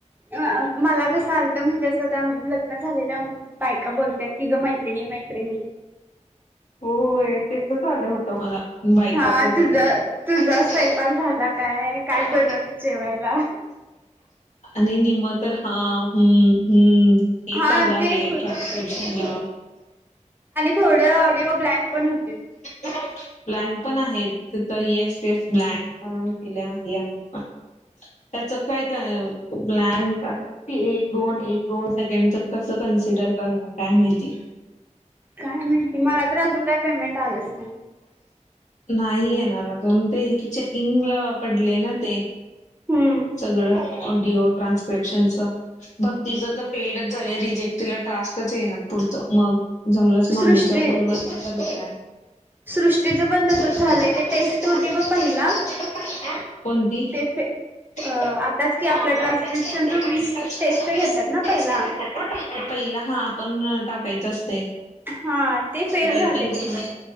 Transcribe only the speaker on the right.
अ मला कसं आलतं म्हणजे त त्या लग्न झालेल्या बायका बोलत्यात की ग मैत्रिणी मैत्रिणी.
हा
तुझ
तुझा स्वयंपाक झाला काय काय
बनवली जेवायला.
हा
ते खुद
थोड ऑडिओ ब्लँक पण होते.
काय माहिती? मला तर अजून काय पेमेंट आलंच नाही.
हम्म.
सृष्टी
सृष्टीचं पण तसच
झालंय,
ते टेस्ट
होती
ब
पहिला
ते फे
अ
आताच की,
आपल्या ट्रान्स्क्रिप्शनचं
वीस टेस्ट घेतात ना
पहिला?
हा ते फेल
झालंय तिथं